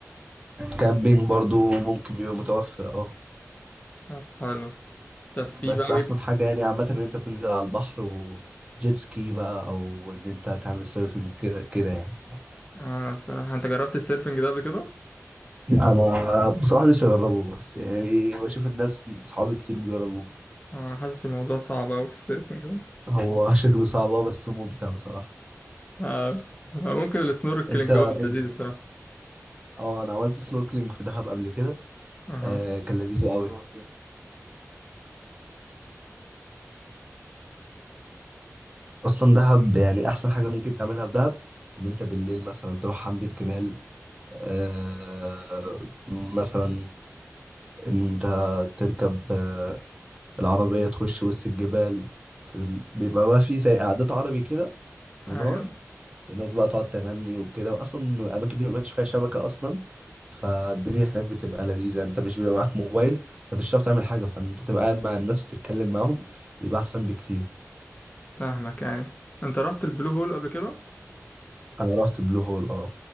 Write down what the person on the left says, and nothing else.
طب حلو طب في
بقى
بيبقى
انا الصراحه انت جربت السيرفنج ده قبل كده
آه، انا حاسس الموضوع صعب قوي في السيرفنج ده
آه. آه، ممكن السنوركلينج
هو اللي لذيذ الصراحه
اها
ايوه
فاهمك ايوه انت رحت البلو هول قبل كده